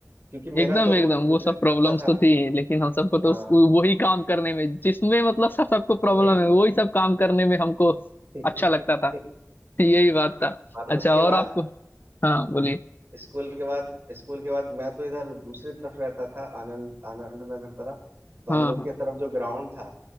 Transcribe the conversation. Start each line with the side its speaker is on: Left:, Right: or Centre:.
Right: क्योंकि मेरा
Left: एकदम
Right: तो रूट
Left: एकदम
Right: दूसरी
Left: वो सब
Right: तरफ
Left: प्रॉब्लम्स
Right: का था
Left: तो थी लेकिन हम सबको तो
Right: हाँ
Left: उस- वही काम करने में जिसमें मतलब सब सबको
Right: तो
Left: प्रॉब्लम
Right: वही
Left: है वही सब काम करने में हमको
Right: <laughs>
Left: अच्छा लगता था यही बात था
Right: और
Left: अच्छा
Right: उसके बाद
Left: और आपको हाँ बोलिए
Right: स्कूल के बाद स्कूल के बाद मैं तो इधर दूसरी तरफ रहता था आनंद आनंद नगर तरफ तो
Left: हाँ
Right: हम लोग
Left: हाँ
Right: के तरफ जो ग्राउंड था